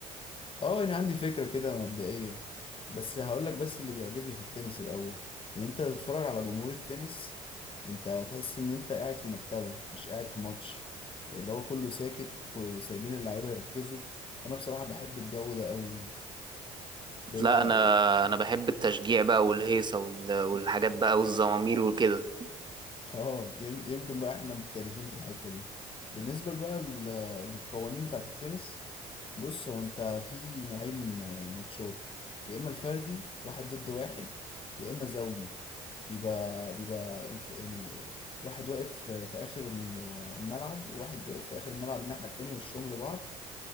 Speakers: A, on the left; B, on the right.
A: اه انا عندي فكرة كده مبدئية بس هقول لك بس اللي بيعجبني في التنس الاول ان انت تتفرج على جمهور التنس انت هتحس ان انت قاعد في مكتبة مش قاعد في ماتش يعني اللي هو كله ساكت وسايبين اللعيبة يركزوا انا بصراحة بحب الجو ده قوي يعني بما
B: لا انا انا بحب التشجيع بقى والهيصة وال- والحاجات بقى والزمامير وكده
A: اه يم- يمكن بقى احنا مختلفين في الحتة دي بالنسبة بقى لل- للقوانين بتاعة التنس بص هو انت في نوعين آه، ماتشات يا اما الفردي واحد ضد واحد يا اما زوجي بيبقى بيبقى الف يعني واحد واقف في في اخر ال- آه، الملعب وواحد واقف في اخر الملعب الناحية التانية وشهم لبعض